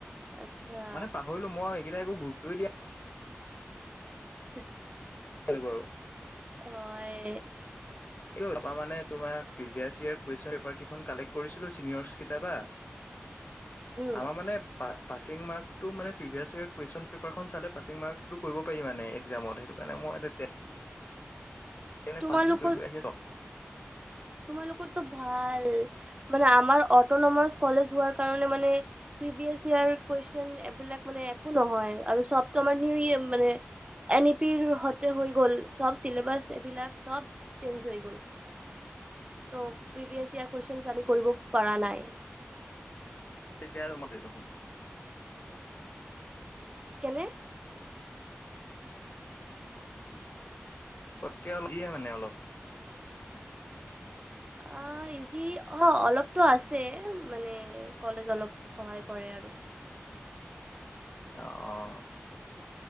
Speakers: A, on the right (about 25°); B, on the left (about 45°).
A: আচ্ছা
B: মানে পাহৰিলো মই। এইকেইটা একো গুৰুত্বই দিয়া
A: <unintelligible>
B: <unintelligible> বাৰু
A: হয়।
B: তাপা মানে তোমাৰ প্ৰিভিয়াচ ইয়ৰ কোৱেইছন পেপাৰ কেখন কালেক কৰিছিলো চিনিয়ৰচ কিটা পা।
A: উম
B: আমাৰ মানে পা পাছিং মাৰ্কটো মানে প্ৰিভিয়াছ য়েৰৰ কোৱেছন পেপাৰখন চালে পাছিং মাৰ্কটো কৰিব পাৰি মানে এক্সামত সেইটো। মানে মই তে এনে
A: তোমালোকৰ
B: পাঠ কৰি গৈ আহি <unintelligible>
A: তোমালোকৰতো ভাল। মানে আমাৰ অটনমাছ কলেজ হোৱাৰ কাৰণে মানে প্ৰিভিয়াচ ইয়াৰ কোৱেচন এইবিলাক মানে একো নহয় আৰু চবতো আমাৰ নিউয়ে মানে এন ই পিৰ হতে হৈ গল চব চিলেবাছ এইবিলাক চব চেঞ্জ হৈ গল। ত' প্ৰিভিয়ছ ইয়াৰ কুৱেইছন আমি কৰিব পাৰা নাই।
B: <unintelligible>
A: কেনে?
B: কটকে অল দিয়ে মানে অলপ।
A: অ। অ ইজি অ অলপতো আছে। মানে কলেজ অলপ সহায় কৰে আৰু। <inaudible>
B: আহ অ।